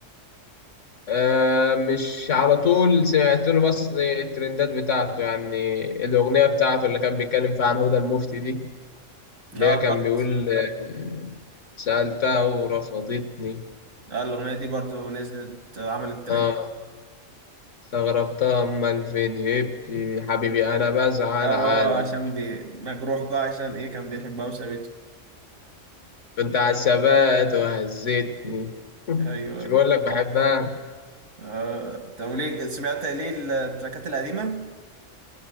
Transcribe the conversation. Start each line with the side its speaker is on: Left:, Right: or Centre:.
Left: آه مش على طول سمعت له بس الترندات بتاعته يعني الأغنية بتاعته اللي كان بيتكلم فيها عن هدى المفتي دي
Right: لا
Left: اللي هي
Right: البخت
Left: كان بيقول آه سألتها ورفضتني
Right: لا الأغنية دي برضو نزلت عملت ترند
Left: اه استغربتها أمال فين هبتي حبيبي أنا بزعل
Right: اه
Left: على
Right: عشان
Left: خيبتي.
Right: بي... مجروح بقى عشان ايه كان بيحبها وسابته
Left: كنت على الثبات وهزتني <laughs>
Right: ايوه
Left: مش بقول لك بحبها
Right: آه. طب ليه سمعت ليه التراكات القديمة؟